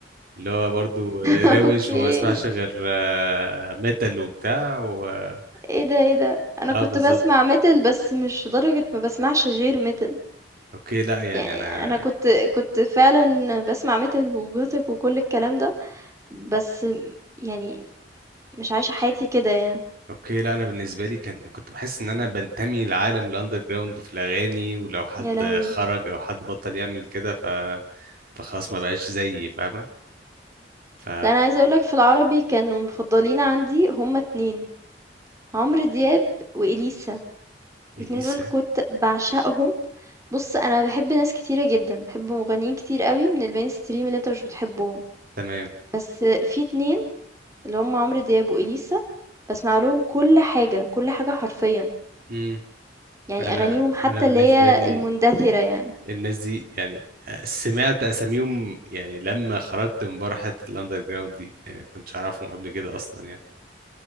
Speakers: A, on the right; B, on the right.
A: اللي هو برضو روش
B: اوكي
A: وما بسمعش غير آه، ميتال وبتاع وحاجات
B: إيه ده، إيه ده! أنا
A: اه
B: كنت
A: بالظبط
B: باسمع metal بس مش لدرجة ما باسمعش غير metal
A: اوكي لا يعني
B: يعني
A: انا
B: أنا كنت كنت فعلًا باسمع metal وgothic وكل الكلام ده، بس يعني مش عايشة حياتي كده يعني،
A: اوكي لا انا بالنسبه لي كان كنت بحس ان انا بنتمي لعالم الاندر جراوند في الاغاني ولو حد
B: يا لهوي!
A: خرج او حد بطل يعمل كده ف فخلاص ما بقاش زيي فاهمه ف
B: لأ أنا عايزة أقول لك في العربي كانوا مفضلين عندي هُم 2 عمرو دياب وإليسا،
A: اليسا
B: الاتنين دول كنت باعشقهم. بُص أنا باحب ناس كتيرة جدًا، باحب مغنيين كتير أوي من الmainstream اللي أنت مش بتحبهم،
A: تمام
B: بس في 2 اللي هُم عمرو دياب وإليسا باسمع لهم كل حاجة، كل حاجة حرفيًا،
A: امم
B: يعني
A: انا
B: أغانيهم حتى
A: انا بالنسبه
B: اللي هي
A: لي
B: المندثرة يعني،
A: الناس دي يعني سمعت اساميهم يعني لما خرجت من بره حته الاندر جراوند دي يعني ما كنتش اعرفهم قبل كده اصلا يعني